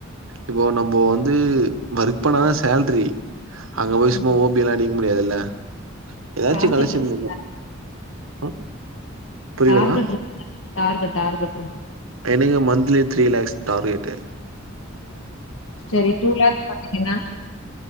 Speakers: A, on the right; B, on the left.
A: இப்போ நம்போ வந்து வொர்க் பண்ணாதா சேல்ரி அங்க போய் சும்மா
B: ம்
A: ஓபி எல்லா அடிக்க முடியாதுல்ல எதாச்சு
B: டார்கெட்
A: கலெஷன்
B: இருக்கு
A: பண்ணுவோ அ புரியுதுங்கா
B: டார்கெட் இருக்கு டார்கெட் டார்கெட்டு
A: எனக்கு மன்த்லி த்ரீ லேக்ஸ் டார்கெட்டு
B: செரி டூ லேக்ஸ் பண்ணிங்கன்னா